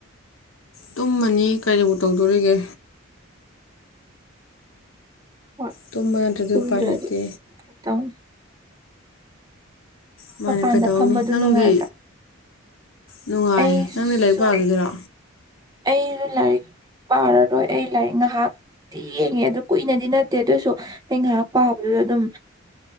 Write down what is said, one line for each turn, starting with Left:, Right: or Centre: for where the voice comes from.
Left: ꯇꯨꯝꯃꯅꯤ ꯀꯔꯤꯕꯨ ꯇꯧꯗꯣꯔꯤꯒꯦ
Right: ꯍꯣꯏ
Left: ꯇꯣꯃꯥꯟ ꯑꯗꯨꯗꯤ
Right: ꯇꯨꯝꯗ꯭ꯔꯗꯤ
Left: ꯄꯥꯏ ꯂꯩꯇ
Right: ꯀꯩ ꯇꯧꯅꯤ
Left: ꯃꯥꯃꯅ
Right: ꯃꯄꯥꯟꯗ
Left: ꯀꯩꯗꯧꯅꯤ
Right: ꯐꯝꯕꯗꯨ
Left: ꯅꯪꯒꯤ
Right: ꯅꯨꯡꯉꯥꯏꯕ꯭ꯔꯥ
Left: ꯅꯨꯡꯉꯥꯏꯌꯦ
Right: ꯑꯩꯁꯨ
Left: ꯅꯪꯗꯤ ꯂꯥꯏꯔꯤꯛ ꯄꯥꯈꯤꯗꯣꯏꯔꯣ
Right: ꯑꯩꯁꯨ ꯂꯥꯏꯔꯤꯛ ꯄꯥꯔꯔꯣꯏ ꯑꯩ ꯂꯥꯏꯔꯤꯛ ꯉꯥꯏꯍꯥꯛ ꯤ ꯌꯦꯡꯉꯦ ꯑꯗꯨ ꯀꯨꯏꯅꯗꯤ ꯅꯠꯇꯦ ꯑꯗꯨꯑꯣꯁꯨ ꯑꯩ ꯉꯥꯏꯍꯥꯛ ꯄꯥꯕꯗꯨꯁꯨ ꯑꯗꯨꯝ